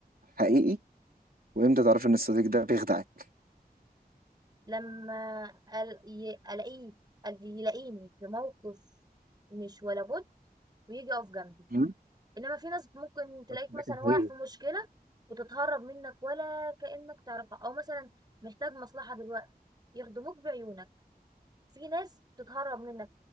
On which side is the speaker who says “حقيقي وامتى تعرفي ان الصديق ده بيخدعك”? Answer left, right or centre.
Right